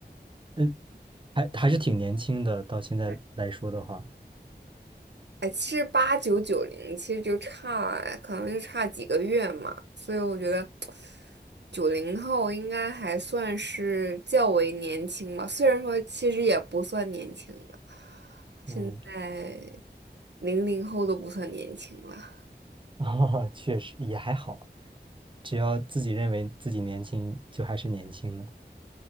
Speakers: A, on the right (about 30°); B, on the right (about 80°).
A: 嗯，还还是挺年轻的，到现在来说的话，
B: 对，哎，其实八九九零其实就差，可能就差几个月嘛，所以我觉得九零后应该还算是较为年轻吧，虽然说其实也不算年轻了，
A: 嗯，
B: 现在零零后都不算年轻了。
A: <laughs> 啊，确实也还好，只要自己认为自己年轻，就还是年轻的，